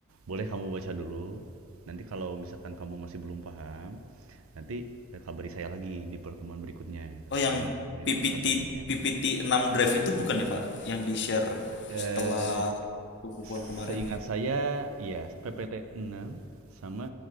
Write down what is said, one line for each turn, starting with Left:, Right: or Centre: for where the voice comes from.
Right: boleh kamu baca dulu. Nanti kalau misalkan kamu masih belum paham, nanti, eee, kabari saya lagi di pertemuan berikutnya gitu,
Left: oh yang
Right: mana aja
Left: PPT
Right: yang nggak pahamnya.
Left: PPT 6 drive itu bukan ya pak yang di share
Right: eh
Left: setelah perkumpulan kemarin
Right: seingat saya iya PPT 6 sama